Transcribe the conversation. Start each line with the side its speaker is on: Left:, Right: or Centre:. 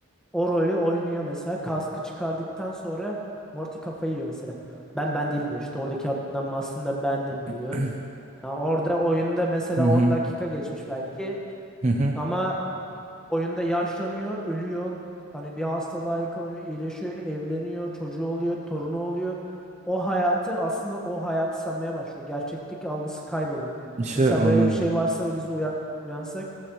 Centre: o rolü oynuyor mesela. Kaskı çıkardıktan sonra Morty kafayı yiyor mesela. Ben ben değilim diyor. İşte oradaki adam aslında bendim diyor.
Right: <clears throat>
Centre: Ya orada oyunda mesela
Right: Hı hı.
Centre: 10 dakika geçmiş belki
Right: Hı hı.
Centre: ama oyunda yaşlanıyor, ölüyor. Hani bir hastalığa yakalanıyor, iyileşiyor, evleniyor, çocuğu oluyor, torunu oluyor. O hayatı aslında o hayatı sanmaya başlıyor. Gerçeklik algısı kayboluyor.
Right: İşte
Centre: Mesela
Right: onu
Centre: böyle bir
Right: diyorum.
Centre: şey varsa da biz uyan, uyansak